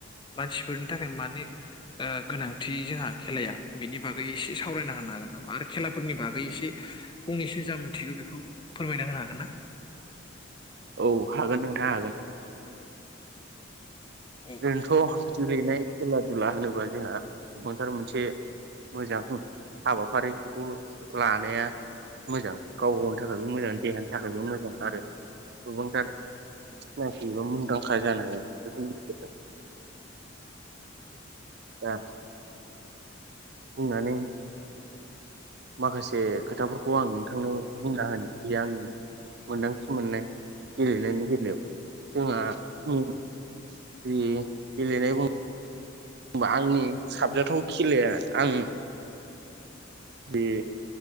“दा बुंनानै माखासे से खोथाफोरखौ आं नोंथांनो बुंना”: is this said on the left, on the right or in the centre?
Right